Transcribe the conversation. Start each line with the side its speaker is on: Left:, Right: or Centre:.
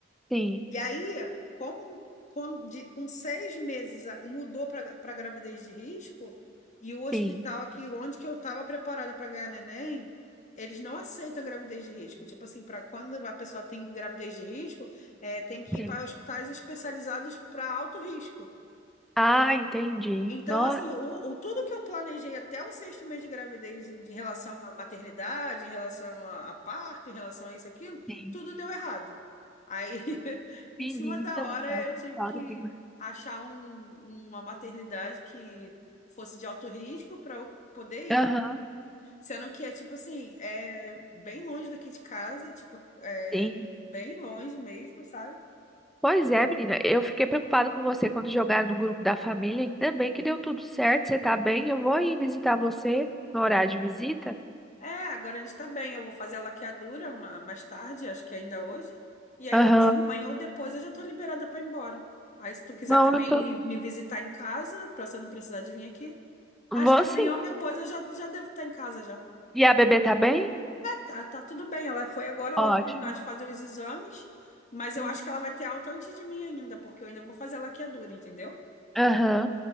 Centre: Sim,
Left: E aí, como com, de- com seis meses a- mudou para gravidez de risco, e o hospital
Centre: sim.
Left: aqui onde que eu estava preparada para ganhar neném, eles não aceitam gravidez de risco. Tipo assim, para quando a pessoa tem gravidez de risco, é, tem que ir
Centre: Sim.
Left: para hospitais especializados para alto risco.
Centre: Ah, entendi.
Left: Então,
Centre: Nossa.
Left: assim, o, o- tudo que eu planejei até o sexto mês de gravidez, em relação à maternidade, em relação a, a parto, em relação a isso, aquilo,
Centre: Sim.
Left: tudo deu errado. Aí, <laughs> em
Centre: Menina
Left: cima da hora,
Centre: do céu,
Left: eu
Centre: que
Left: tive
Centre: história
Left: que
Centre: que mais
Left: achar um- uma maternidade que fosse de alto risco para eu poder ir.
Centre: Aham.
Left: Sendo que é, tipo assim, é bem longe daqui de casa, tipo, é
Centre: sim,
Left: bem longe mesmo, sabe?
Centre: Pois é, menina, eu fiquei preocupada com você quando jogaram no grupo da família. Ainda bem que deu tudo certo, você tá bem. Eu vou aí visitar você no horário de visita.
Left: É, agora a gente tá bem. Eu vou fazer a laqueadura ma- mais tarde, acho que ainda hoje. E aí,
Centre: Aham.
Left: eu acho que amanhã ou depois eu já tô liberada pra ir embora. Aí, se tu quiser
Centre: Não,
Left: também
Centre: eu tô...
Left: me visitar em casa, pra você não precisar de vir aqui. Acho
Centre: Vou
Left: que amanhã
Centre: sim.
Left: ou depois eu já, já devo estar em casa já.
Centre: E a bebê tá bem?
Left: Tá, tá tudo bem. Ela foi agora
Centre: Ótimo.
Left: lá terminar de fazer os exames, mas
Centre: Hum,
Left: eu acho que ela vai ter alta antes de mim ainda, porque eu ainda vou fazer a laqueadura, entendeu?
Centre: Aham.